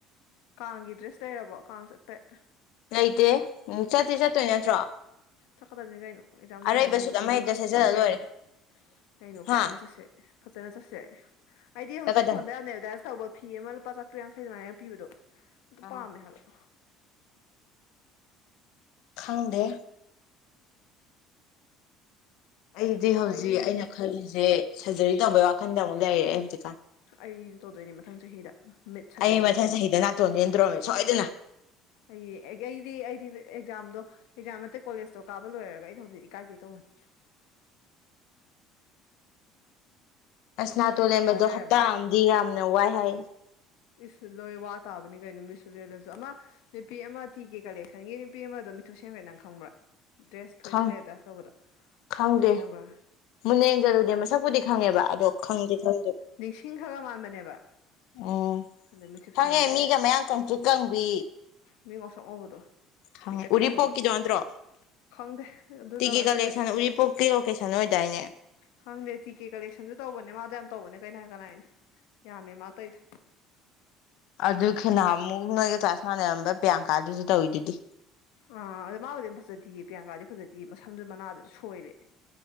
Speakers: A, on the left; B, on the left.
A: ꯀꯥꯡꯒꯤ ꯗ꯭ꯔꯦꯁ ꯂꯩꯔꯕꯣ ꯀꯥꯡ ꯆꯠꯄꯩ
B: ꯂꯩꯇꯦ ꯎꯝ ꯆꯠꯇꯤ ꯆꯠꯇꯣꯏ ꯅꯠꯇ꯭ꯔꯣ
A: ꯆꯠꯀꯥꯗꯝꯅꯤ ꯀꯩꯅꯣ ꯑꯦꯛꯖꯥꯝ
B: ꯑꯔꯩꯕ
A: ꯂꯣꯏꯔꯅꯤ
B: ꯁꯨꯠ
A: ꯑꯗꯨꯗꯤ
B: ꯑꯃ ꯍꯦꯛꯇ
A: ꯃꯤ ꯃꯁꯇꯤꯅꯤ
B: ꯁꯦꯠꯆꯜꯂ ꯂꯣꯏꯔꯦ
A: ꯀꯩꯅꯣ ꯀꯩꯅꯣ ꯐꯖꯅ
B: ꯍꯥ
A: ꯆꯠꯁꯦ ꯐꯖꯅ ꯆꯠꯁꯦ ꯑꯩꯗꯤ ꯍꯧꯖꯤꯛ
B: ꯆꯠꯀꯗꯝꯅꯤ
A: ꯐꯣꯟꯗ ꯌꯥꯝꯅ ꯑꯦꯕꯔꯗꯥꯏꯁ ꯇꯧꯕ ꯐꯤ ꯑꯃ ꯂꯨꯄꯥ ꯆꯥꯇ꯭ꯔꯨꯛꯌꯥꯡꯈꯩ ꯑꯗꯨꯃꯥꯏꯅ ꯄꯤꯕꯗꯣ ꯑꯗꯨ
B: ꯑꯥ
A: ꯄꯥꯝꯃꯦ ꯍꯥꯏꯕ
B: ꯈꯪꯗꯦ ꯑꯩꯗꯤ ꯍꯧꯖꯤꯛ
A: ꯑꯩ
B: ꯑꯩꯅ ꯈꯜꯂꯤꯖꯦ ꯁꯔꯖꯔꯤ ꯇꯧꯕꯩ ꯋꯥꯈꯟꯗ ꯑꯃꯨꯛ ꯂꯩꯔꯦ ꯑꯩ ꯍꯧꯖꯤꯛꯀꯥꯟ
A: ꯑꯩꯖꯨ ꯇꯧꯗꯣꯏꯅꯦ ꯃꯊꯪ ꯆꯍꯤꯗ ꯃꯤꯠ ꯁꯥꯖꯔꯤ
B: ꯑꯩ ꯃꯊꯪ
A: ꯇꯧꯗꯣꯏꯅꯦ
B: ꯆꯍꯤꯗ ꯅꯥꯇꯣꯟ ꯂꯦꯟꯗꯣꯔꯝꯃꯦ ꯁꯣꯏꯗꯅ
A: ꯑꯩ ꯑꯩ ꯑꯩꯗꯤ ꯑꯩꯗꯤ ꯑꯦꯛꯖꯥꯝꯗꯣ ꯑꯦꯛꯖꯝ ꯅꯠꯇꯦ ꯀꯣꯂꯦꯖꯇꯣ ꯀꯥꯕ ꯂꯣꯏꯔꯒ ꯑꯩꯩꯅ ꯍꯧꯖꯤꯛ ꯏꯀꯥꯏꯖꯩ ꯇꯧꯅꯤ
B: ꯑꯁ ꯅꯥꯇꯣꯟ
A: ꯅꯪꯗꯤ
B: ꯂꯦꯟꯕꯗꯣ
A: ꯄꯩꯁꯥ ꯂꯩꯔꯝꯃꯅꯤ
B: ꯍꯞꯇꯥ ꯑꯝꯗꯤ ꯌꯥꯝꯅ ꯋꯥꯏ ꯍꯥꯏ
A: ꯏꯁ ꯂꯣꯏ ꯋꯥ ꯇꯥꯕꯅꯤ ꯀꯩꯅ ꯃꯤꯁꯁꯨ ꯂꯦꯜꯂꯖꯨ ꯑꯃ ꯅꯨꯄꯤ ꯑꯃ ꯇꯤ ꯀꯦ ꯀꯂꯦꯛꯁꯟꯒꯤ ꯅꯨꯄꯤ ꯑꯃꯗꯣ ꯃꯤꯠꯊꯨ ꯁꯦꯝꯈ꯭ꯔꯦ ꯅꯪ ꯈꯪꯕ꯭ꯔꯥ ꯗ꯭ꯔꯦꯁ ꯐꯨꯔꯤꯗꯤ
B: ꯈꯪ
A: ꯂꯩ ꯑꯦꯗꯥꯁ ꯇꯧꯕꯗꯣ
B: ꯈꯪꯗꯦ
A: ꯃꯤꯠꯇꯨꯞ ꯁꯦꯝꯈ꯭ꯔ
B: ꯃꯨꯟꯅ ꯌꯦꯖꯔꯨꯗꯦ ꯃꯁꯛꯄꯨꯗꯤ ꯈꯪꯉꯦꯕ ꯑꯗꯣ ꯈꯪꯗꯤ ꯈꯪꯗꯦ
A: ꯅꯤꯡꯁꯤꯡ ꯈꯥꯒꯥ ꯃꯥꯟꯕꯅꯦꯕ
B: ꯑꯣ
A: ꯑꯗ ꯃꯤꯠꯊꯨꯞ
B: ꯈꯪꯉꯦ
A: ꯁꯦꯝꯈ꯭ꯔꯦ
B: ꯃꯤꯒ ꯃꯌꯥꯡ ꯀꯪꯊ꯭ꯔꯤꯛ ꯀꯪꯕꯤ
A: ꯃꯤ ꯉꯧꯁꫭꯛ ꯉꯧꯕꯗꯣ
B: ꯈꯪꯉꯦ
A: ꯄꯤꯛꯇꯛ
B: ꯎꯔꯤꯄꯣꯛꯀꯤꯗꯣ
A: ꯇꯧꯕꯗꯣ
B: ꯅꯠꯇ꯭ꯔꯣ
A: ꯈꯪꯗꯦ ꯑꯗꯨ
B: ꯇꯤꯀꯦ
A: ꯑꯗꯨꯒꯗꯤ
B: ꯀꯂꯦꯛꯁꯟ ꯎꯔꯤꯄꯣꯛꯀꯤ ꯂꯣꯀꯦꯁꯟ ꯑꯣꯏꯗꯥꯏꯅꯦ
A: ꯈꯪꯗꯦ ꯇꯤꯀꯦ ꯀꯂꯦꯛꯁꯟꯁꯨ ꯇꯧꯕꯅꯦ ꯃꯥꯗꯣ ꯌꯥꯝ ꯇꯧꯕꯅꯦ ꯀꯅꯥ ꯀꯅꯥꯥꯏꯅꯣ ꯌꯥꯝꯃꯦ ꯃꯥ ꯇꯩꯗꯣ
B: ꯑꯗꯨ ꯈꯦꯅꯥꯃꯨꯛ ꯅꯣꯏꯒ ꯀ꯭ꯂꯥꯁ ꯃꯥꯟꯅꯔꯝꯕ ꯄ꯭ꯔꯤꯌꯥꯡꯀꯥꯗꯨꯁꯨ ꯇꯧꯋꯤꯗꯨꯗꯤ
A: ꯑꯥ ꯑꯗꯣ ꯃꯥꯕꯨꯗꯤ ꯑꯝ ꯐꯖꯗꯤꯌꯦ ꯄ꯭ꯔꯤꯌꯥꯡꯀꯥꯗꯤ ꯐꯖꯗꯦ ꯃꯁꯝꯗꯨ ꯃꯅꯥꯗꯨ ꯁꯣꯏꯔꯦ